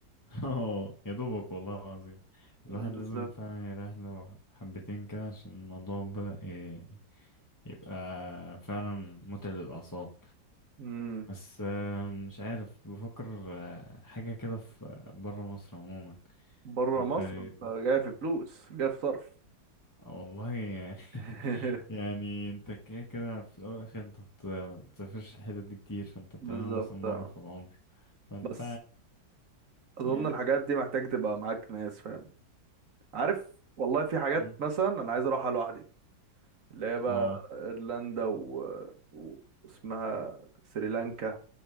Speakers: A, on the left (about 15°); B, on the right (about 50°).
A: <laughs> اه يا دوبك والله العظيم
B: مم،
A: الواحد
B: بالظبط
A: لازم فعلا يريح له حبتين كده عشان الموضوع بدأ ي- يبقى فعلا متعب للأعصاب
B: امم
A: بس آه، مش عارف بفكر آه، حاجة كده في برا مصر عموما
B: بره
A: انت
B: مصر
A: آه،
B: انت جاي في فلوس جاي في صرف
A: والله يعني <laughs>
B: <laughs>
A: يعني انت كده كده في الأول والآخر انت بت- بتسافرش الحتت دي كتير فانت بتعملها
B: بالظبط
A: مثلا مرة
B: آه.
A: في العمر فانت
B: بس اظن
A: يعني
B: الحاجات دي محتاج تبقى معاك ناس فاهم عارف والله في حاجات
A: مم.
B: مثلا انا عايز اروحها لوحدي اللي هي بقى
A: اه
B: ايرلندا و... و... واسمها سريلانكا